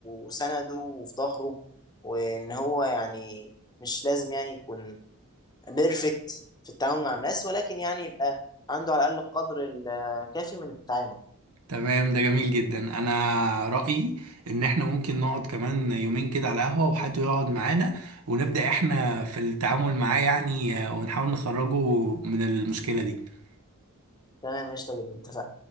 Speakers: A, on the left; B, on the right.
A: وسنده وفي ظهره وان هو يعني مش لازم يعني يكون بيرفكت في التعامل مع الناس ولكن يعني يبقى عنده على الاقل القدر الكافي من التعامل
B: تمام ده جميل جدا انا رأيي ان احنا ممكن نقعد كمان يومين كده على قهوة وحد يقعد معانا ونبدأ احنا في التعامل معاه يعني آه، ونحاول نخرجه من المشكلة دي
A: تمام قشطه جدا اتفقنا